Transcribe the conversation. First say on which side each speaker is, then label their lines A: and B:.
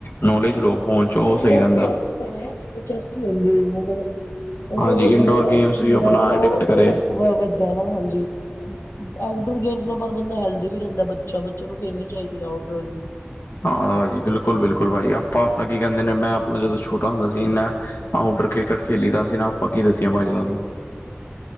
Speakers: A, on the left; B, on the left.
A: ਨੌਲੇਜ ਲਓ। ਫੋਨ ਚ ਉਹ
B: ਇੰਡੋਰ
A: ਸਹੀ ਰਹਿੰਦਾ
B: ਖੇਲ ਸਕਦੇ ਨੇ, ਜਿਵੇਂ ਚੇਸ ਕੀ ਹੂੰਦੀ ਏ ਮਤਲਬ
A: ਹਾਂਜੀ
B: ਓਦੇ
A: ਇਨਡੋਰ
B: ਨਾਲ ਮਲਬ
A: ਗੇਮਸ ਵੀ ਆਪਣਾ
B: ਮਨ ਦਾ
A: ਅਡਿਕਟ
B: ਓ,
A: ਕਰੇ
B: ਓ ਵਦ ਏ ਨਾ ਹਾਂਜੀ। ਆਊਟਡੋਰ ਗੇਮਸ ਨਾਲ ਪਰ ਬੰਦਾ ਹੈਲਦੀ ਵੀ ਰੈਂਦਾ ਬੱਚਾ, ਬੱਚੇਆਂ ਨੂੰ ਖੇਲਨੀ ਚਾਈਦੀ ਐ ਆਊਟਡੋਰ ਵੀ
A: ਹਾਜੀ, ਬਿਲਕੁਲ-ਬਿਲਕੁਲ ਭਾਜੀ ਅਪਾਂ ਅਪਨਾ ਕੀ ਕੈੰਦ ਮੇਨੇ ਮੈਂ ਆਪਨਾ ਜਦੋਂ ਛੋਟਾ ਹੁੰਦਾ ਸੀ ਨਾ ਆਊਟਡਰ ਕ੍ਰਿਕਟ ਖੇਲੀ ਦਾ ਸੀ ਨਾ ਅਪਾਂ ਕੀ ਦੱਸੀਏ ਭਾਜੀ ਤੁਆਨੂੰ।